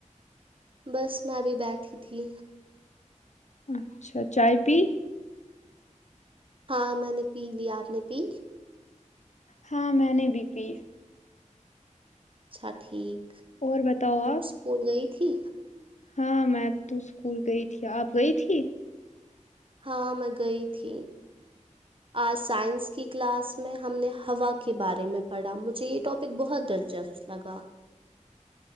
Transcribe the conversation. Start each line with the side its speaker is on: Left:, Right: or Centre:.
Right: بس میں ابھی بیٹھی تھی
Left: اچھا چائے پی
Right: ہاں میں نے پی لیا آپ نے پی
Left: ہاں میں نے بی پی
Right: اچھا ٹھیک
Left: اور بتاؤ آپ
Right: بول گئی تھی
Left: ہاں میں تو اسکول گئی تھی آپ گئی تھی
Right: ہاں میں گئی تھی آج سائنس کی کلاس میں ہم نے ہوا کے بارے میں پڑھا مجھے یہ ٹاپک بہت دلچسپ لگا